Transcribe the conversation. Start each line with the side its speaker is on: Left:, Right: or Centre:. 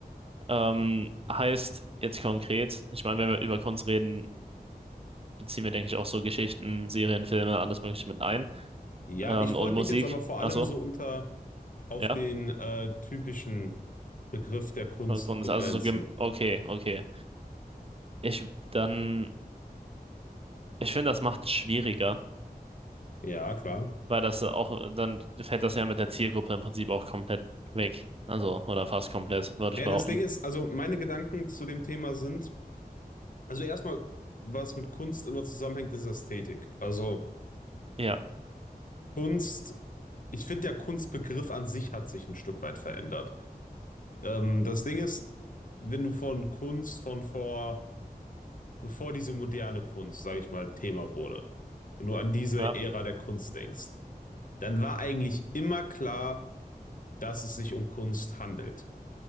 Right: Ähm, heißt jetzt konkret, ich meine, wenn wir über Kunst reden, beziehen wir, denke ich, auch so Geschichten, Serien, Filme, alles Mögliche mit ein.
Left: Ja,
Right: Ähm,
Left: ich
Right: und
Left: wollte
Right: Musik,
Left: mich jetzt aber vor
Right: ach
Left: allem
Right: so,
Left: so unter auf
Right: ja,
Left: den äh, typischen Begriff der Kunst
Right: Kunst,
Left: begrenzen.
Right: also so, gem- okay, okay. Ich dann, ich finde, das macht es schwieriger,
Left: Ja, klar.
Right: weil das auch, dann fällt das ja mit der Zielgruppe im Prinzip auch komplett weg. Also, oder fast komplett, würde ich
Left: Ja,
Right: behaupten.
Left: das Ding ist, also meine Gedanken zu dem Thema sind, also erstmal, was mit Kunst immer zusammenhängt, ist Ästhetik. Also
Right: Ja,
Left: Kunst, ich finde, der Kunstbegriff an sich hat sich ein Stück weit verändert. Ähm, das Ding ist, wenn du von Kunst von vor, bevor diese moderne Kunst, sage ich mal, Thema wurde, wenn du an diese
Right: ja,
Left: Ära der Kunst denkst, dann war eigentlich immer klar, dass es sich um Kunst handelt.